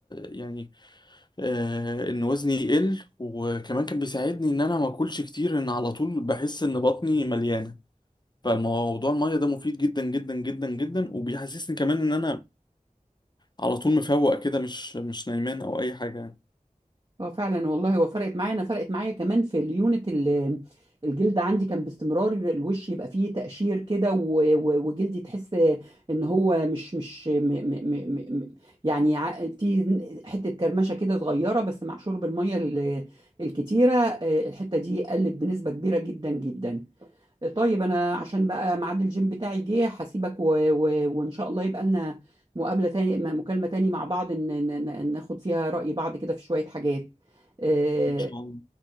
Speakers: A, on the left (about 30°); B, on the right (about 35°).
A: يعني آه ان وزني يقل وكمان كان بيساعدني ان انا ما اكلش كتير ان على طول بحس ان بطني مليانة فالموضوع المية ده مفيد جدا جدا جدا جدا وبيحسسني كمان ان انا على طول مفوق كده مش مش نايمان او اي حاجة يعني
B: اه فعلا والله هو فرقت معايا انا فرقت معايا كمان في اليونت ال- الجلد عندي كان باستمرار الوش يبقى فيه تقشير كده و- و- وجلدي تحس ان هو مش مش م م م م م- يعني ع- في حته كرمشه كده صغيره بس مع شرب الميه ال- الكتيره آه، الحته دي قلت بنسبه كبيره جدا جدا طيب انا عشان بقى ميعاد الجيم بتاعي جه هسيبك و... و... وان شاء الله يبقى لنا مقابلة تاني م- مكالمة تاني مع بعض إن... إن- إن- ناخد فيها رأي بعض كده في شوية حاجات آه،
A: ان شاء الله